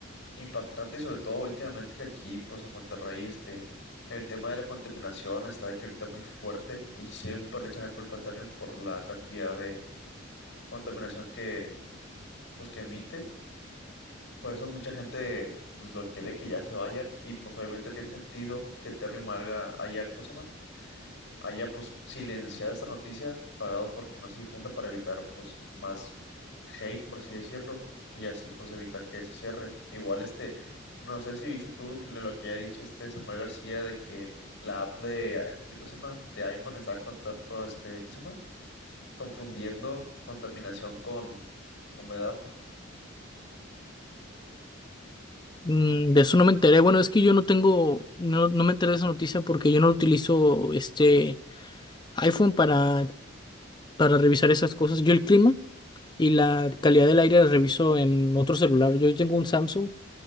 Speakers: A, on the left; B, on the left.
A: impactante y sobre todo últimamente que aquí, pues en Monterrey, este, el tema de la contaminación está de que ahorita muy fuerte y siempre le echan la culpa a Ternium por la cantidad de contaminación que, pues, que emite. Por eso mucha gente, pues, lo quiere que ya se vayan y pues obviamente tiene sentido que Ternium haga allá, ¿cómo se llama? haya pues silenciado esta noticia, pagado porque no se difunda para evitar pues más hate, por así decirlo, y así pues evitar que se cierre. Igual este, no sé si viste tú lo lo que ya ha dicho este Samuel García de que la app de, eh, de, ¿cómo se llama? de iPhone está conta- con, este, ¿cómo se llama? confundiendo contaminación con humedad.
B: Mm, De eso no me enteré. Bueno, es que yo no tengo, no, no me enteré de esa noticia porque yo no utilizo este iPhone para, para revisar esas cosas. Yo el clima y la calidad del aire la reviso en otro celular. Yo tengo un Samsung